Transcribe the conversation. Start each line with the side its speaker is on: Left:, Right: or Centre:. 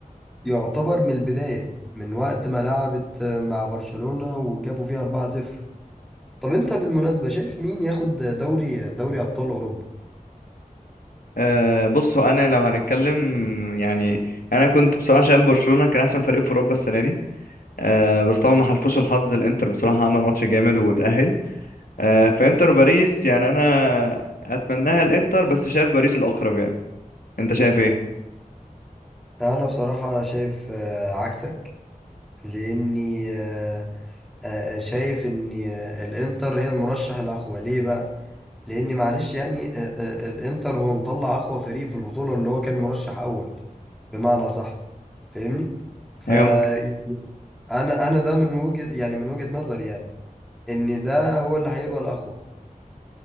Centre: يعتبر من البداية من وقت ما لعبت مع برشلونة وجابوا فيها 4-0 طب انت بالمناسبة شايف مين ياخد دوري دوري أبطال أوروبا؟
Left: أه بص هو أنا لو هنتكلم يعني أنا كنت بصراحة شايف برشلونة كان أحسن فريق في أوروبا السنة دي أه بس طبعا ما حلفوش الحظ الإنتر بصراحة عمل ماتش جامد وتأهل أه فإنتر باريس يعني أنا أتمناها الإنتر بس شايف باريس الأقرب يعني أنت شايف إيه؟
Centre: أنا بصراحة شايف آه، عكسك لأني آه، آه، آه، شايف إن آه، الإنتر هي المرشح الأقوى ليه بقى؟ لأن معلش يعني آه، آه، الإنتر هو مطلع أقوى فريق في البطولة اللي هو كان مرشح أول بمعنى صح فاهمني؟ ف
Left: أيوة
Centre: مم. يعني أنا أنا ده من وجهة يعني من وجهة نظري يعني ان ده هو اللي هيبقى الاقوى